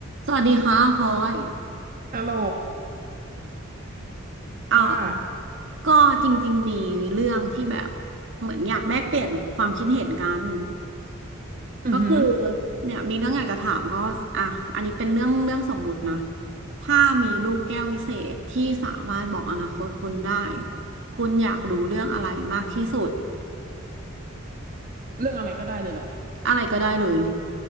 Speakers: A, on the right; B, on the right.
A: สวัสดีค่ะพลอย
B: ฮัลโหล
A: อ่า
B: ว่า
A: ก็จริงๆมีเรื่องที่แบบเหมือนอยากแลกเปลี่ยนความคิดเห็นกัน
B: อือหือ
A: ก็คือเนี่ยมีเรื่องอยากจะถามก็อ่ะอันนี้เป็นเรื่องเรื่องสมมุตินะถ้ามีลูกแก้ววิเศษที่สามารถบอกอนาคตคุณได้ คุณอยากรู้เรื่องอะไรมากที่สุด
B: เรื่องอะไรก็ได้เลยเหรอ
A: อะไรก็ได้เลย